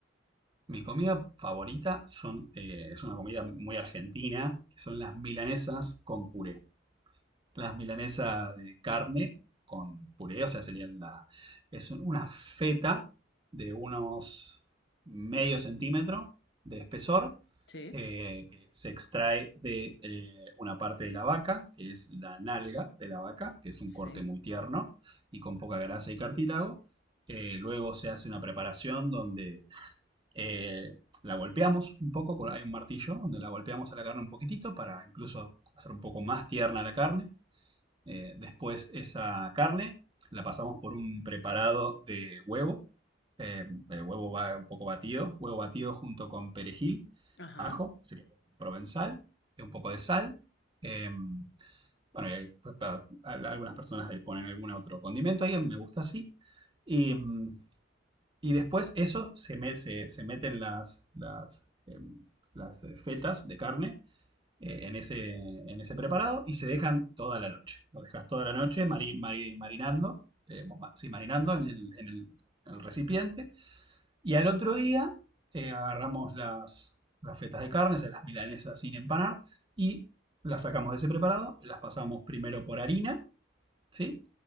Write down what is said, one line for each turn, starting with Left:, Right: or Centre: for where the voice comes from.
Right: Mi comida favorita son, eh, es una comida muy argentina, que son las milanesas con puré. las milanesas de carne con puré, o sea, sería la, es un- una feta de unos medio centímetro de espesor
Left: Sí,
Right: eh, que se extrae de eh, una parte de la vaca, que es la nalga de la vaca, que es un
Left: sí.
Right: corte muy tierno y con poca grasa y cartílago. Eh, luego se hace una preparación donde eh, la golpeamos un poco, con- hay un martillo donde la golpeamos a la carne un poquitito para incluso hacer un poco más tierna la carne. Eh, después esa carne la pasamos por un preparado de huevo, eh, el huevo va un poco batido, huevo batido junto con perejil,
Left: Ajá.
Right: ajo, que sería provenzal, un poco de sal. eh, bueno, y hay- pa- pa- a- algunas personas le ponen algún otro condimento ahí, a mí me gusta así. Y, mm, y después eso se, me- se, se meten las, las, em, las eh, fetas de carne eh, en ese, en ese preparado y se dejan toda la noche. Lo dejas toda la noche mari- mari- marinando, eh, sí, marinando en el, en el- en el recipiente. Y al otro día eh, agarramos las, las fetas de carne, o sea, las milanesas sin empanar, y las sacamos de ese preparado, las pasamos primero por harina, ¿sí?